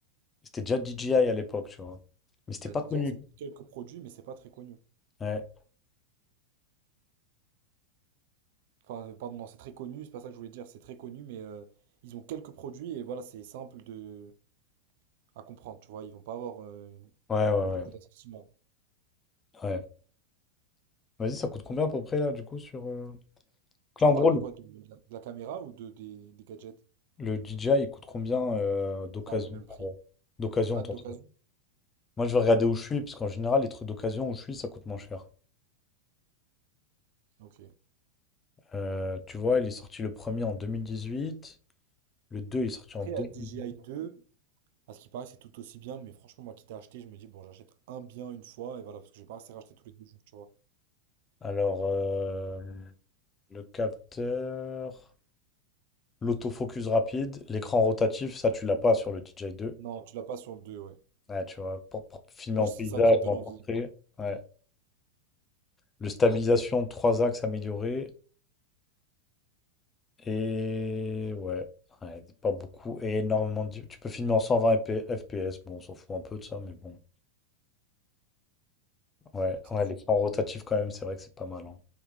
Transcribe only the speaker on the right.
Bah
DJI,
ils ont quelques produits, mais c'est pas très connu.
Enfin, euh, pardon, non, c'est très connu, c'est pas ça que je voulais dire, c'est très connu, mais euh, ils ont quelques produits et voilà, c'est simple de à comprendre, tu vois, ils vont pas avoir euh,
beaucoup
d'assortiments.
Tu
me
parles
de quoi? De, de la de la caméra ou de, des, des gadgets?
À le même prix.
Hâte
d'occasion.
Ok.
Après,
la DJI 2, à ce qui paraît, c'est tout aussi bien, mais franchement, moi qui t'ai acheté, je me dis, bon, j'achète un bien une fois et voilà, parce que j'ai pas assez racheté tous les deux jours, tu vois.
Non, tu l'as pas sur le 2. ouais.
Moi,
c'est
ça qui me donne
envie.
C'est
fou.
hein.